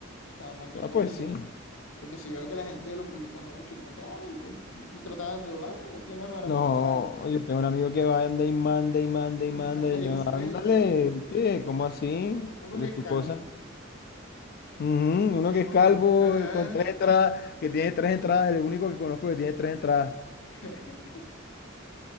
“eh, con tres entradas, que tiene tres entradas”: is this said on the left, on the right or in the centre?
Left